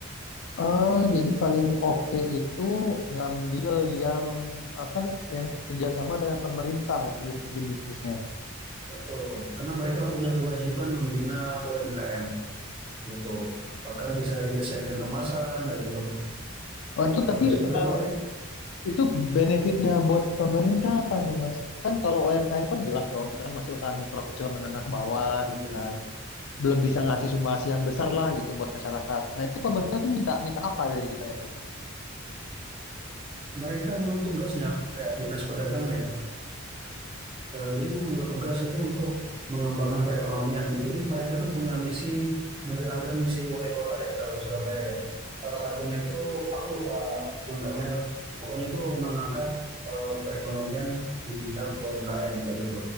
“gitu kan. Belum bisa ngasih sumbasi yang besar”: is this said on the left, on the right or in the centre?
Left